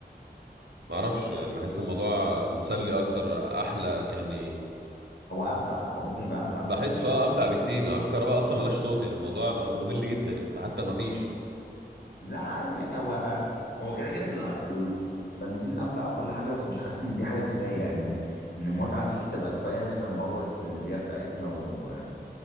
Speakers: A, on the right (about 80°); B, on the left (about 75°).
A: معرفش يعني بحس الموضوع مسلي اكتر احلى يعني
B: هو امتع هو ممكن يبقى امتع
A: بحسه اه امتع بكتير يعني عربية الكهرباء اصلا ملهاش صوت يعني الموضوع م- ممل جدا يعني انت حتى ما فيش
B: لا عادي يعني هو هو كده كده ال- ال- البنزين امتع وكل حاجه بس مش حاسس ان دي حاجه كفايه يعني ان ان المتعه دي تبقى كفايه ان احنا نبوظ البيئه بتاعتنا و...